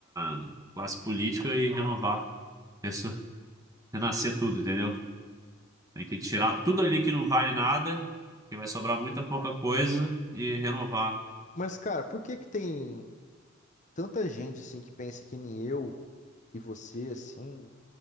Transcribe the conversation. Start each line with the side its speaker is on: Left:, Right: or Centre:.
Right: na classe política e renovar, Resso- renascer tudo, entendeu? Tem que tirar tudo ali que não vale nada, que vai sobrar muita pouca coisa e renovar.
Left: Mas, cara, por que que tem tanta gente, assim, que pensa que nem eu e você, assim,